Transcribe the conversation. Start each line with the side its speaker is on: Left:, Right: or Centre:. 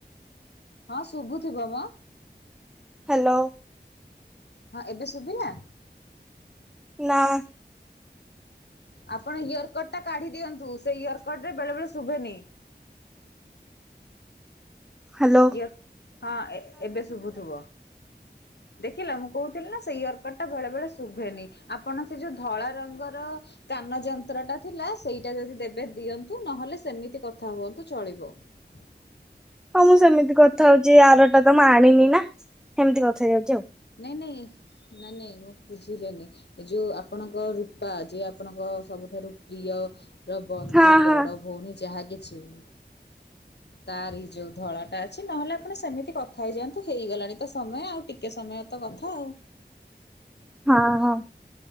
Left: ହଁ ଶୁଭୁଥିବ ମ?
Centre: ହାଲୋ।
Left: ହଁ ଏବେ ଶୁବିଲା?
Centre: ନା।
Left: ଆପଣ ଇୟରକଟ ଟା କାଢି ଦିଅନ୍ତୁ ସେ ଇୟରକଟ ରେ ବେଳେ ବେଳେ ଶୁବେନି।
Centre: ହ୍ୟାଲୋ
Left: ଇର ହଁ ଏବେ ଶୁଭୁଥିବ? ଦେଖିଲ ମୁଁ କହୁଥିଲନା ସେଇ ଇୟର୍କଟ ଟା ବେଳେ ବେଳେ ଶୁଭେନି ଆପଣ ସେ ଯୋଉ ଧଳା ରଙ୍ଗର କାନ ଯନ୍ତ୍ର ଟା ଥିଲା ସେଇଟା ଯଦି ଦେବେ ଦିଅନ୍ତୁ ନହେଲେ ସେମିତି କଥା ହୁଅନ୍ତୁ ଚଳିବ। <inaudible>
Centre: ହଁ ମୁଁ ସେମିତି କଥା ହଉଚି ଆରଟା ତ ମୁଁ ଆଣିନି ନା ସେମିତି କଥା ହେଇଯାଉଚି ଆଉ।
Left: ନାଇଁ ନାଇଁ ନାନୀ ନାଇଁ ମୁଁ ବୁଝିଲେନି। ଏ ଯୋଉ ଆପଣଙ୍କ ରୂପା ଯେ ଆପଣଙ୍କ ସବୁଠାରୁ ପ୍ରିୟର ବନ୍ଧୁ
Centre: ହଁ
Left: ବଡ
Centre: ହଁ
Left: ଭଉଣୀ ଯାହା କିଛି ହଁ ତାର ଏଇ ଯୋଉ ଧଳାଟା ଅଛି ନହେଲେ ଆପଣ ସେମିତି କଥା ହେଇଯାଆନ୍ତୁ ହେଇଗଲାଣି ତ ସମୟ ଆଉ ଟିକେ ସମୟ ତ କଥା ଆଉ।
Centre: ହଁ ହଁ